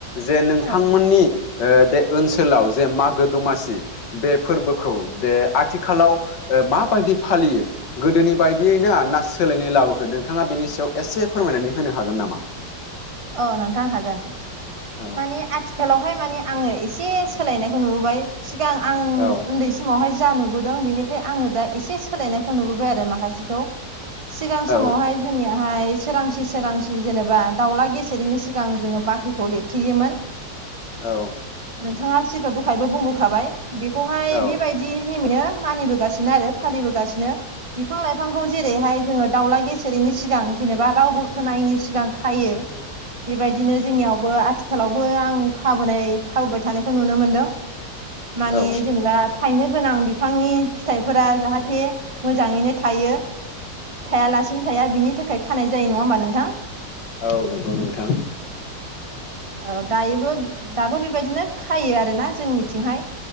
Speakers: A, on the left (about 75°); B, on the right (about 20°).
A: जे नोंथांमोननि
B: औ
A: ओ बे ओनसोलाव जे मागो दमासि बे फोरबोखौ दे आथिखालाव ओ माबायदि फालियो गोदोनि बायदियै ना ना सोलायनाय लाबोखो नोंथाङा बेनि सायाव एसे फोरमायनानै होनो हागोन नामा?
B: अ नोंथां हागोन।
A: औ
B: मानि आथिखालावहाय माने आङो एसे सोलायनायखौ नुबोबाय सिगां आं
A: औ।
B: उन्दै समावहाय जा नुबोदों बेनिफ्राय आङो दा एसे सोलायनायखौ नुबोबाय आरो माखासेखौ। सिगां
A: औ
B: समावहाय जोंनियाहाय सोरांसि सोरांसि जेनेबा दावला गे सिरिनि सिगां जोङो बाख्रिखौ लिरथेयोमोन।
A: औ।
B: नोंथाङा सिगाङाव दहायबो बुंबोखाबाय बेखौहाय
A: औ
B: बेबाय बिदि नेमैनो मानिबोगासिनो आरो फालिबोगासिनो बिफां लाइफांखौ जेरैहाय जोङो दावला गे सेरैनि सिगां जेनेबा रावबो खोनायैनि सिगां खायो बेबायदिनो जोंनियावबो आथि लावबो आं खाबोनाय खाबोबाय थानायखौ नुनो मोनदों मानि
A: औ
B: जेनेबा थायनो गोनां बिफांनि फिथाइफोरा जाहाथे मोजाङैनो थायो। थायालासिनो थाया बिनि थाखाय खानाय जायो नङा होमबा नोंथां।
A: औ नंगौ नोंथां।
B: औ दायोबो दाबो बेबायदिनो खायो आरोना जोंनि थिंहाय